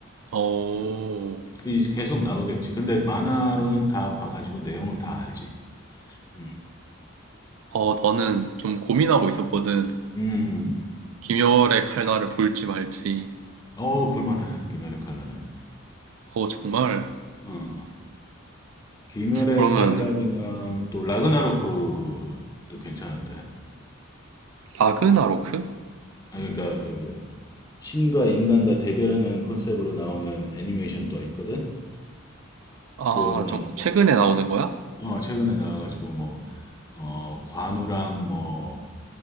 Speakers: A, on the right (about 75°); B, on the left (about 20°).
A: 어,
B: 이제 계속 나오겠지. 근데 만화로는 다 봐가지고 내용은 다 알지. 음,
A: 어, 나는 좀 고민하고 있었거든.
B: 음.
A: 김열의 칼날을 볼지 말지.
B: 어우 볼만해. 귀멸의 칼날은.
A: 어, 정말.
B: 어, 귀멸의
A: 그러면
B: 칼날이랑 또 라그나로크도 괜찮은데.
A: 라그나로크?
B: 아, 그러니까 그 신과 인간과 대결하는 컨셉으로 나오는 애니메이션도 있거든.
A: 아,
B: 그 뭐
A: 좀 최근에 나오는 거야?
B: 어, 최근에 나와가지고 뭐 어, 관우랑 뭐